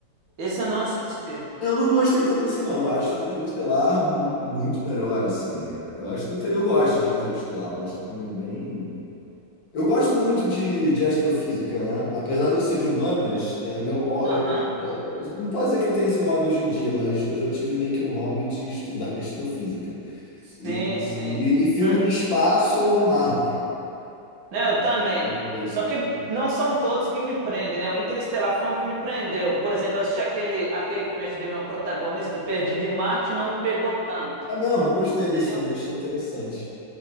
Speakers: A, on the right; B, on the left.
A: Esse eu não assisti.
B: eu não gostei tanto assim, não. Eu acho Interestelar mu- muito melhor, assim. É, Eu acho que Inter- eu gosto de Interestelar. Eu acho um filme bem. Eu gosto muito de, de astrofísica, né? Apesar de eu ser de humanas, é meu, ho-
A: Aham.
B: eu- eu- não pode dizer que eu tenho esse hobby hoje em dia, mas eu já tive meio que um hobby de estudar <laughs> astrofísica.
A: Sim,
B: E,
A: sim.
B: e, e filme
A: Hum.
B: de espaço eu me amarro, cara.
A: Né, eu também.
B: Bem feito,
A: Só
B: sabe?
A: que não são todos que me prendem, né? O Interestelar foi um que me prendeu. Por exemplo, eu assisti aquele, aquele que o Matt Damon é o protagonista, Perdido em Marte, não me pegou tanto,
B: É mesmo, eu gostei
A: entendeu?
B: desse filme, achei interessante.